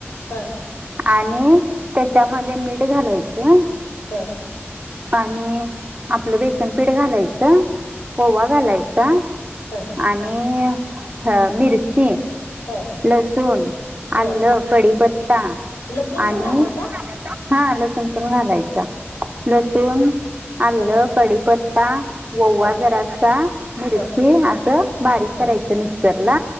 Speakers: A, on the left; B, on the right.
A: हा
B: आणि त्याच्यामध्ये मीठ घालायचं
A: हं
B: आणि आपलं बेसन पीठ घालायचं ओवा घालायचा
A: ह
B: आणि हं मिरची
A: ह
B: लसूण,
A: ह
B: आलं, कढीपत्ता
A: लसूण
B: आणि
A: पण घालायचा
B: हा लसूण पण घालायच. लसूण आलं,
A: ह
B: कडीपत्ता, ओवा
A: ह
B: जरासा मिरची
A: ह
B: अस स बारीक
A: ह
B: करायचं मिक्सरला